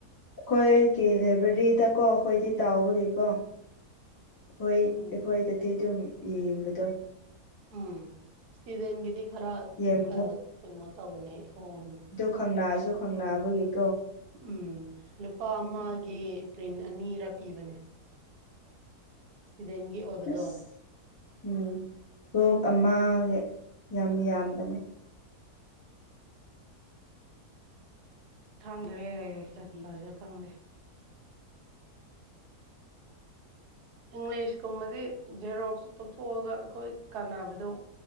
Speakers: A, on the left (about 15°); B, on the right (about 80°).
A: ꯀꯣꯏ ꯀ ꯂꯥꯏꯕ꯭ꯔꯦꯔꯤꯗꯀꯣ ꯑꯩꯈꯣꯏꯗꯤ ꯇꯥꯎꯕꯒꯤꯀꯣ ꯑꯩꯈꯣꯏ ꯑꯩꯈꯣꯏꯗꯗꯤ
B: ꯎꯝ ꯑꯦ
A: ꯑꯗꯨꯝ ꯌꯦꯡꯕꯗ
B: ꯎꯝ ꯏꯁꯇꯨꯗꯦꯟꯒꯤꯗꯤ ꯈꯔ
A: ꯌꯥꯝ
B: ꯀꯩꯅꯣ ꯇꯧꯕꯅꯦ ꯍꯣꯡꯕꯅꯦ
A: ꯗꯨ ꯈꯪꯅꯅꯥꯁꯨꯨ ꯈꯪꯅꯕꯒꯀꯣ
B: ꯎꯝ ꯂꯨꯄꯥ ꯑꯃꯒꯤ ꯄ꯭ꯔꯤꯟ ꯑꯅꯤꯔꯥ ꯄꯤꯕꯅꯦ ꯁꯤꯗꯦꯟꯒꯤ ꯑꯣꯏꯕꯗꯣ
A: ꯑꯁ ꯎꯝ ꯀꯣꯛ ꯑꯃ ꯌꯥꯝ ꯌꯥꯝꯕꯅꯦ
B: ꯈꯪꯗ꯭ꯔꯦ ꯀꯔꯤ ꯇꯧꯁꯨ ꯈꯪꯗꯦ
A: <inaudible>
B: ꯏꯪꯂꯤꯁꯀꯨꯝꯕꯗꯤ ꯖꯦꯔꯣꯛꯁꯨ ꯇꯣꯛꯊꯣꯛꯑꯒ ꯑꯩꯈꯣꯏꯒꯤ ꯀꯥꯟꯅꯕꯗꯨ